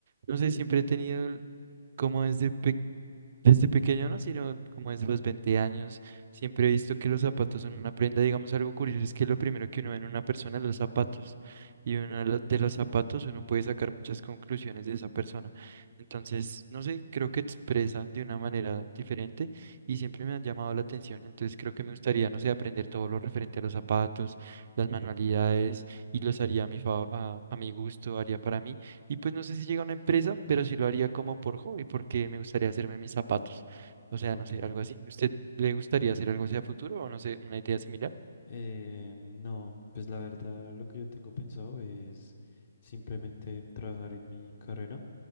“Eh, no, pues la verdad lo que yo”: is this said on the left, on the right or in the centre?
Left